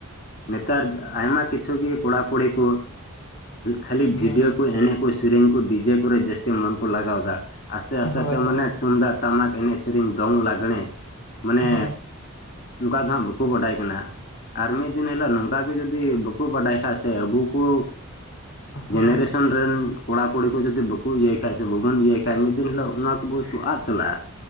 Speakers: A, on the left (about 50°); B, on the left (about 65°).
A: ᱱᱮᱛᱟᱨ ᱟᱭᱢᱟ ᱠᱤᱪᱷᱩ ᱜᱮ ᱠᱚᱲᱟᱼ ᱠᱩᱲᱤ ᱠᱚ, ᱠᱷᱟᱹᱞᱤ
B: ᱦᱳᱭ
A: ᱵᱷᱤᱰᱤᱭᱳ ᱠᱚ ᱮᱱᱮᱜ ᱠᱚ ᱥᱮᱨᱮᱧ ᱠᱚ ᱰᱤᱡᱮ ᱠᱚᱨᱮ ᱡᱟᱹᱥᱛᱤ ᱢᱚᱱ ᱠᱚ ᱞᱟᱜᱟᱣᱫᱟ ᱾ ᱟᱥᱛᱮ ᱟᱥᱛᱮ
B: ᱦᱳᱭ
A: ᱛᱮ
B: ᱦᱳᱭ
A: ᱢᱟᱱᱮ ᱛᱩᱢᱫᱟᱜ ᱴᱟᱢᱟᱠ ᱮᱱᱮᱡ ᱥᱮᱨᱮᱧ ᱫᱚᱝ ᱞᱟᱜᱽᱬᱮ, ᱢᱟᱱᱮ
B: ᱦᱳᱭ
A: ᱚᱝᱠᱟ ᱫᱚ ᱦᱟᱸᱜ ᱵᱟᱠᱚ ᱵᱟᱰᱟᱭ ᱠᱟᱱᱟ ᱾ ᱟᱨ ᱢᱤᱫ ᱫᱤᱱ ᱦᱤᱞᱳᱜ ᱱᱚᱝᱠᱟ ᱜᱮ ᱡᱩᱫᱤ ᱵᱟᱠᱚ ᱵᱟᱰᱟᱭ ᱥᱮ ᱟᱵᱚ ᱠᱚ
B: ᱦᱳᱭ
A: ᱡᱮᱱᱮᱨᱮᱥ ᱥᱮᱱ ᱨᱮᱱ ᱠᱚᱲᱟ ᱠᱩᱲᱤ ᱠᱚ ᱡᱩᱫᱤ ᱵᱟᱠᱚ ᱤᱭᱟᱹᱭ ᱠᱷᱟᱡ ᱥᱮ ᱵᱟᱵᱚᱱ ᱤᱭᱟᱹᱭ ᱠᱷᱟᱡ ᱢᱤᱫ ᱫᱤᱱ ᱦᱤᱞᱳᱜ ᱚᱱᱟ ᱠᱚᱵᱚ ᱛᱩ ᱟᱫ ᱪᱟᱞᱟᱜᱼᱟ ᱾